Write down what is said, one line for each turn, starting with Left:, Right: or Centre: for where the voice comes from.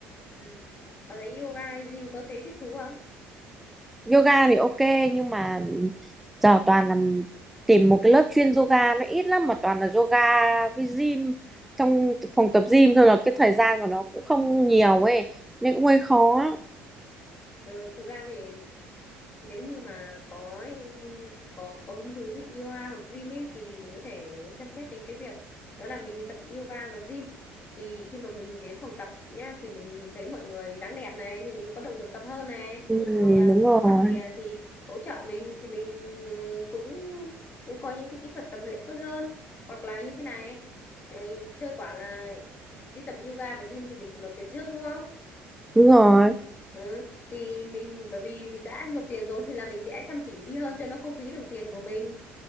Left: ừ. bà thấy yoga hay gym có thấy thích thú không
Centre: Yoga thì ok nhưng mà giờ toàn là tìm một cái lớp chuyên yoga nó ít lắm mà toàn là yoga với gym trong phòng tập gym thôi là cái thời gian của nó cũng không nhiều ấy nên cũng hơi khó.
Left: ừ, thực ra thì nếu như mà có có có hứng thú với yoga hoặc gym ấy thì mình có thể xem xét đến cái việc đó là mình đi tập yoga và gym thì khi mà mình đến phòng tập nhá thì mình nhìn thấy mọi người dáng đẹp này thì mình có động lực tập hơn này
Centre: Ừ,
Left: hoặc là
Centre: đúng rồi,
Left: có bạn bè thì hỗ trợ mình thì mình ừ, cũng cũng có những cái kỹ thuật tập luyện tốt hơn hoặc là như thế này ừ, chơi quả là đi tập yoga và gym thì mình phải nộp tiền trước đúng không
Centre: đúng rồi.
Left: Ừ. Thì mình bởi vì mình đã nộp tiền rồi thì là mình sẽ chăm chỉ đi hơn cho nó không phí đồng tiền của mình